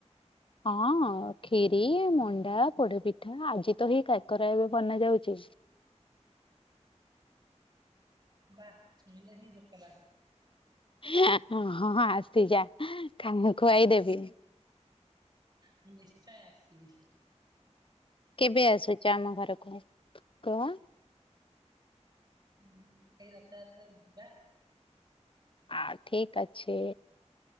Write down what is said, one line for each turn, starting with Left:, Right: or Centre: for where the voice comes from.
Left: ହଁ ଖିରି, ମଣ୍ଡା, ପୋଡପିଠା, ଆଜି ତ ହେଇ କାକରା ଏବେ ବନା ଯାଉଛି।
Right: <unintelligible> ହିଁ ଭୋକ ଲାଗୁଛି।
Left: ହଁଁ ହଁ ଆସି ଯା କା <unintelligible> ଖୁଆଇ ଦେବି।
Right: ମୁଁ ନିଶ୍ଚୟ ଆସିବି।
Left: କେବେ ଆସୁଛ ଆମ ଘରକୁ କୁହ?
Right: ହୁଁ ଏଇ ରଥଯାତ୍ରା ରେ ଯିବା।
Left: ଆ ଠିକ ଅଛି